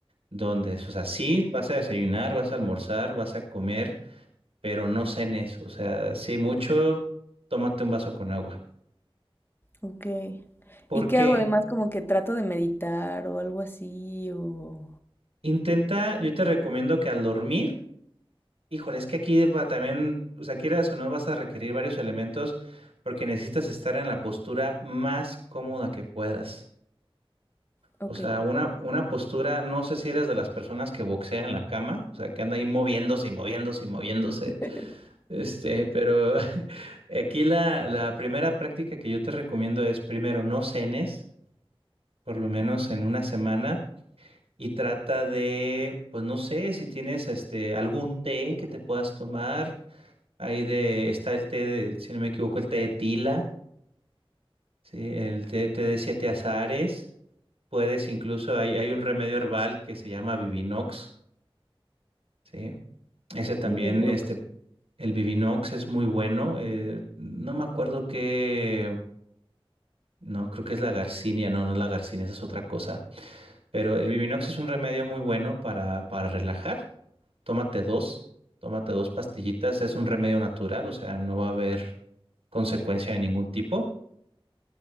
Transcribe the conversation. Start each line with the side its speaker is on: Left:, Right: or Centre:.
Right: donde, o sea, sí, vas a desayunar, vas a almorzar, vas a comer, pero no cenes, o sea, si mucho, tómate un vaso con agua.
Left: Ok.
Right: ¿Por
Left: ¿Y qué
Right: qué?
Left: hago además? Como que trato de meditar o algo así o...
Right: Intenta, yo te recomiendo que al dormir, híjole, es que aquí va también, o sea, quieras o no, vas a requerir varios elementos porque necesitas estar en la postura más cómoda que puedas.
Left: Ok.
Right: O sea, una, una postura, no sé si eres de las personas que boxean en la cama, o sea, que anda ahí moviéndose y moviéndose y moviéndose.
Left: <laughs>
Right: Este, pero <laughs> aquí la, la primera práctica que yo te recomiendo es primero no cenes, por lo menos en una semana, y trata de, pues no sé, si tienes este algún té que te puedas tomar. Ahí de, está el té de, si no me equivoco, el té de tila, ¿sí? El té, té de siete azares. Puedes incluso, hay, hay un remedio herbal que se llama Vivinox, ¿sí? Ese también,
Left: Divino.
Right: este, el Vivinox es muy bueno. eh, no me acuerdo qué. No, creo que es la garcinia, no, no es la garcinia, esa es otra cosa. Pero el Biminox es un remedio muy bueno para, para relajar. Tómate dos, tómate dos pastillitas, es un remedio natural, o sea, no va a haber consecuencia de ningún tipo.